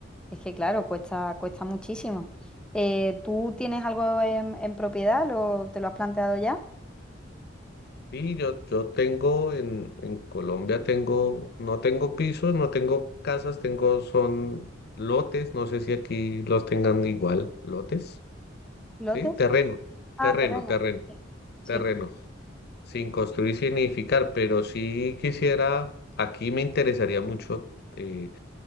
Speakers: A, in the centre; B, on the left (about 55°).
A: es que claro, cuesta, cuesta muchísimo. Eh, ¿tú tienes algo en, en propiedad? ¿Lo, te lo has planteado ya?
B: Sí, yo, yo tengo en, en Colombia tengo, no tengo pisos, no tengo casas, tengo, son lotes, no sé si aquí los tengan igual, lotes,
A: ¿Lotes?
B: ¿sí? Terreno,
A: Ah,
B: terreno,
A: terreno.
B: terreno,
A: Sí, sí.
B: terreno, sin construir, sin edificar, pero sí quisiera, aquí me interesaría mucho eh,